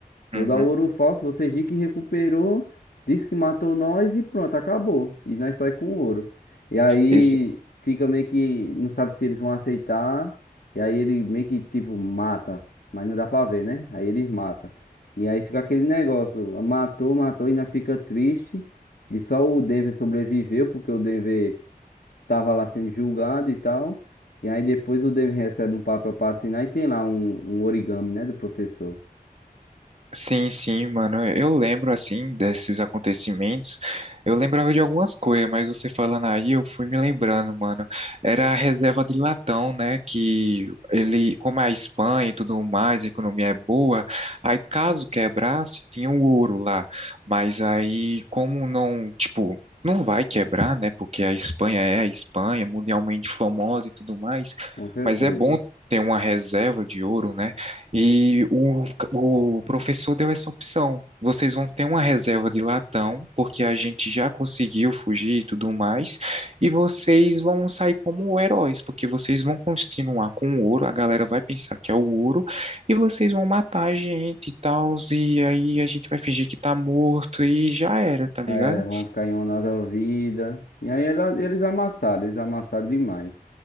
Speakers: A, on the left; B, on the right.
A: Vou
B: uhum.
A: dar o ouro falso, vocês dizem que recuperou, diz que matou nós e pronto, acabou. E nós sai com o ouro. E aí
B: esse,
A: fica meio que não sabe se eles vão aceitar. E aí ele meio que tipo mata, mas não dá pra ver, né? Aí eles mata. E aí fica aquele negócio, matou, matou e nós fica triste. E só o Denver sobreviveu porque o Denver tava lá sendo julgado e tal. E aí depois o Denver recebe um papel pra assinar e tem lá um, um origami, né, do professor.
B: Sim, sim, mano. Eu lembro, assim, desses acontecimentos. Eu lembrava de algumas coisas, mas você falando aí, eu fui me lembrando, mano. Era a reserva de latão, né? Que ele, como é a Espanha e tudo mais, a economia é boa. Aí, caso quebrasse, tinha o ouro lá. Mas aí, como não, tipo. Não vai quebrar, né? Porque a Espanha é a Espanha, mundialmente famosa e tudo mais.
A: Com certeza.
B: Mas é bom ter uma reserva de ouro, né? E o, o professor deu essa opção. Vocês vão ter uma reserva de latão, porque a gente já conseguiu fugir e tudo mais, e vocês vão sair como heróis, porque vocês vão continuar com o ouro, a galera vai pensar que é o ouro, e vocês vão matar a gente e tal, e aí a gente vai fingir que tá morto e já era, tá ligado?
A: É, vão ficar em honra da vida. E aí ela- eles amassaram, eles amassaram demais.